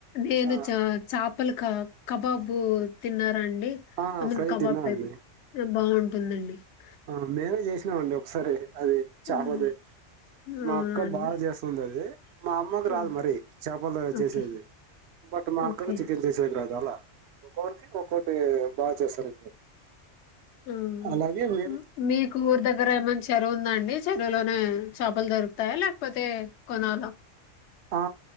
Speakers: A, on the left (about 65°); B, on the right (about 65°).
A: నేను
B: ఆ,
A: చ చాపలు కా కబాబు తిన్న అండి
B: ఆ,
A: ఐ మీన్
B: ఫ్రై
A: కబాబ్
B: తిన్నా
A: టైప్
B: అండి
A: బాగున్ <unintelligible>
B: ఆ మేమే చేసినామండి ఒకసారి అది చాపది
A: ఉమ్,
B: మా
A: అవునండి
B: అక్క బాగా చేస్తుంది అది మా అమ్మకు
A: ఉమ్,
B: రాదు మరి చేపలు
A: ఓకే
B: చేసేది బట్ మా
A: ఓకే
B: అక్కకు చికెన్ చేసేది రాదు అలా. ఒకరికి ఒకటి బాగా చేస్తారు ఇలా
A: ఉమ్.
B: అలాగే వే
A: మీకు ఊరు దగ్గర ఏమైన్నా చెరువు ఉందండి చెరువులోనే చేపలు దొరుకుతాయా లేకపోతే కొనాలా
B: ఆ